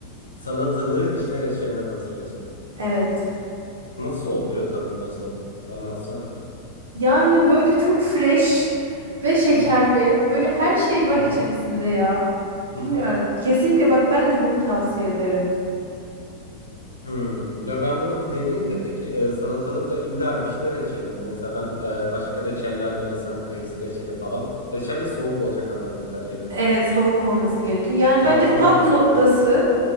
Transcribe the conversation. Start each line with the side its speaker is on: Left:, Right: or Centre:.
Left: Salatalığı vişne reçeline batırıyorsun.
Right: Evet.
Left: Nasıl oluyor? Tadı nasıl? Anlatsana biraz.
Right: Yani böyle çok fresh ve şekerli.
Left: Hı hı.
Right: Böyle her şey var
Left: Hı hı.
Right: içerisinde ya.
Left: Hı hı.
Right: Bilmiyorum. Kesinlikle bak ben de bunu tavsiye ederim.
Left: Hmm. Ya ben bunu bir deneyeyim de peki e, salatalıkla illa vişne reçeli mi? Mesela ben e, başka reçeller denesem kayısı reçeli falan. Reçel de soğuk olacak anladığım kadarıyla.
Right: Evet soğuk olması gerekiyor. Yani
Left: Salatalık
Right: bence tap
Left: da
Right: noktası
Left: soğuk olsun.